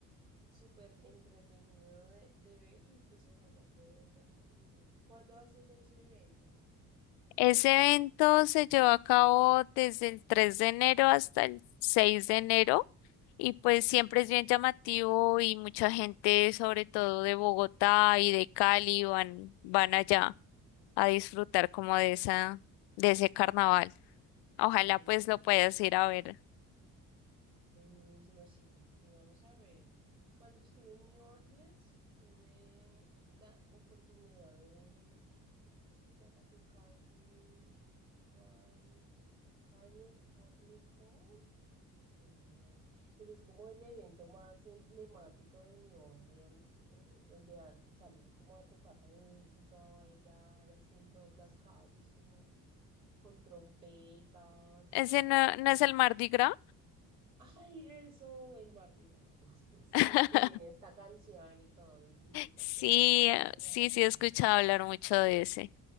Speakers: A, on the right (about 85°); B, on the left (about 60°).
A: súper entretenido de, de ver y pues ojalá pueda ir algún día. ¿Cuándo hacen ese evento?
B: Ese evento se llevó a cabo desde el 3 de enero hasta el 6 de enero y pues siempre
A: Ujú,
B: es bien llamativo y mucha gente, sobre todo de Bogotá y de Cali, van, van allá a disfrutar como de esa, de ese carnaval.
A: <laughs>
B: Ojalá
A: ujú,
B: pues lo puedas ir a ver.
A: Buenísimo, sí, sí, vamos a ver. Cuando estuve en New Orleans, tuve la oportunidad de ver el, ay, ¿cómo es que se llama? El Carnegie, Carnegie, Carnegie, Carnegie Hall. Ay, se me olvidó. Pero es como el evento más emblemático de New Orleans, eh, donde a- salen como a tocar música, a bailar, así en todas las calles, como con trompetas
B: Ese
A: y de todo,
B: no, no
A: súper.
B: es el Mardi Gras.
A: Ay, eso, el Mardi Gras. <laughs> Sí,
B: <laughs>
A: que tiene esta canción y todo. Dije cualquier
B: Sí,
A: cosa, no
B: eh,
A: me acordaba
B: sí,
A: el
B: sí,
A: nombre.
B: he escuchado hablar mucho de ese.